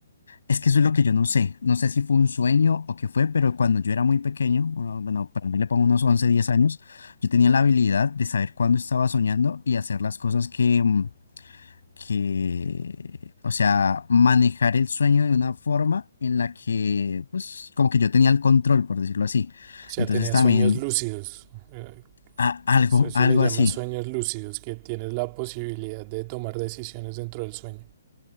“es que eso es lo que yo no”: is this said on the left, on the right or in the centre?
Left